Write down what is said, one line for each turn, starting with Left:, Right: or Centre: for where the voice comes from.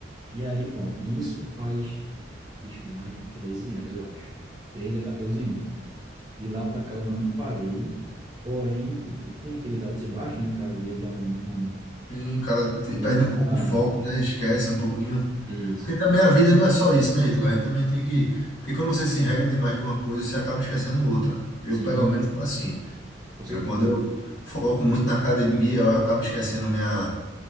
Right: E aí, pronto. Isso faz, bicho, mais de 13 anos, eu acho. treze a 14 anos. De lá pra cá eu não parei. Porém, tipo, tem aqueles altos e baixos, né? O cara às vezes dá uma, uma
Left: E o cara te-
Right: desmotivada.
Left: perde um pouco o foco, né? Esquece um pouquinho.
Right: Isso.
Left: Porque também a vida não é só isso, né, Ítalo? A gente também tem que. Porque quando você se regra demais de uma coisa, você acaba esquecendo outra. Eu,
Right: Sim,
Left: pelo menos, sou assim.
Right: com certeza.
Left: Eu, quando eu foco muito na academia, eu acabo esquecendo minha.